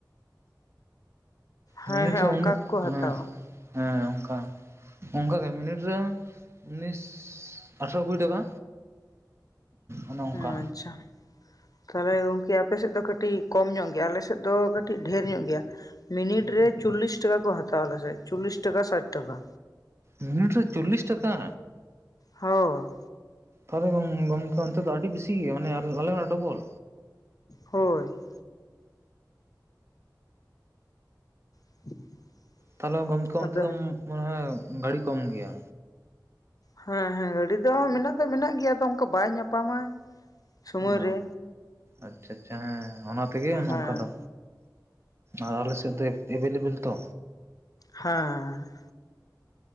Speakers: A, on the left; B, on the right.
A: ᱦᱮᱸ
B: ᱢᱮᱱᱤᱛ
A: ᱦᱮᱸ
B: ᱩᱱ
A: ᱚᱱᱠᱟ ᱜᱮᱠᱚ ᱦᱟᱛᱟᱣᱟ
B: ᱦ ᱦᱮᱸ ᱚᱱᱠᱟ ᱚᱱᱠᱟᱴᱟᱜᱮ ᱢᱤᱱᱤᱴ ᱨᱮ ᱩᱱᱤᱥ ᱟᱴᱷᱮᱨᱚ ᱠᱩᱲᱤ ᱴᱟᱠᱟ ᱚᱱᱮ ᱚᱱᱠᱟ
A: ᱟᱸᱪᱷᱟ ᱛᱟᱦᱚᱞᱮ ᱜᱚᱝᱠᱮ ᱟᱯᱮ ᱥᱮᱫ ᱫᱚ ᱠᱟᱹᱴᱤᱡ ᱠᱚᱢ ᱧᱚᱜ ᱜᱮᱭᱟ ᱟᱞᱮ ᱥᱮᱫ ᱫᱚ ᱠᱟᱹᱴᱤᱡ ᱰᱷᱮᱨ ᱧᱚᱜ ᱜᱮᱭᱟ ᱢᱤᱱᱤᱴ ᱨᱮ ᱪᱩᱞᱞᱤᱥ ᱴᱟᱠᱟ ᱠᱚ ᱦᱟᱛᱣᱟ ᱟᱞᱮᱥᱮ ᱪᱚᱞᱞᱤᱥ ᱴᱟᱠᱟ ᱥᱟᱴ ᱴᱟᱠᱟ
B: ᱢᱤᱱᱤᱴ ᱨᱮ ᱪᱩᱞᱞᱤᱥ ᱴᱟᱠᱟ
A: ᱦᱳ
B: ᱛᱟᱦᱚᱞᱮ ᱜᱚᱝᱠᱮ ᱚᱱᱛᱮ ᱫᱚ ᱟᱹᱰᱤ ᱵᱮᱥᱤ ᱜᱮᱭᱟ ᱢᱟᱱᱮ ᱟᱞᱮ ᱚᱱᱟ ᱰᱚᱵᱚᱞ
A: ᱦᱳᱭ <inaudible>
B: ᱛᱟᱦᱚᱞᱮ ᱜᱚᱢᱠᱮ ᱚᱱᱛᱮ
A: ᱟᱫᱚ
B: ᱫᱚ ᱢᱚᱱᱮ ᱜᱟᱹᱰᱤ ᱠᱚᱢ ᱜᱮᱭᱟ
A: ᱦᱮᱸ ᱦᱮᱸ ᱜᱟᱹᱰᱤ ᱫᱚ ᱢᱮᱱᱟᱜ ᱫᱚ ᱢᱮᱱᱟᱜ ᱜᱮᱭᱟ ᱟᱫᱚ ᱚᱱᱠᱟ ᱵᱟᱭ ᱧᱟᱯᱟᱢᱟ ᱥᱚᱢᱚᱭ
B: ᱳ
A: ᱨᱮ
B: ᱟᱪᱷᱟ ᱟᱪᱷᱟ ᱦᱮᱸ ᱚᱱᱟ ᱛᱮᱜᱮ ᱱᱚᱝᱠᱟ
A: ᱦᱮᱸ
B: ᱫᱚ ᱟᱨ ᱟᱞᱮ ᱥᱮᱫ ᱫᱚ ᱮᱵᱮᱞᱮᱵᱮᱞ ᱛᱚ
A: ᱦᱮᱸ